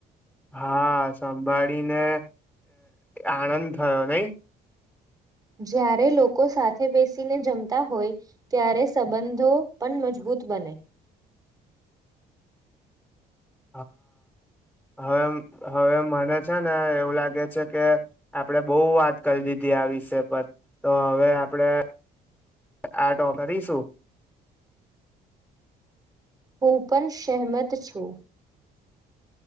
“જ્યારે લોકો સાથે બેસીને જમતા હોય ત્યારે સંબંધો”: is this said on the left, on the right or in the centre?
Right